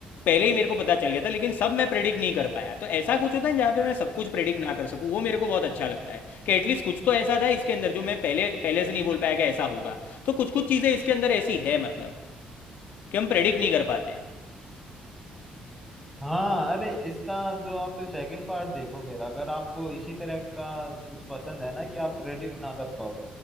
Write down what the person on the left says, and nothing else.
पहले ही मेरे को पता चल गया था लेकिन सब मैं प्रेडिक्ट नहीं कर पाया तो ऐसा कुछ होता है जहाँ पे मैं सब कुछ प्रेडिक्ट ना कर सकूँ वो मेरे को बहुत अच्छा लगता है कि एटलीस्ट कुछ तो ऐसा था इसके अंदर जो मैं पहले पहले से नहीं बोल पाया कि ऐसा होगा तो कुछ कुछ चीज़ें इसके अंदर ऐसी है मतलब कि हम प्रेडिक्ट नहीं कर पाते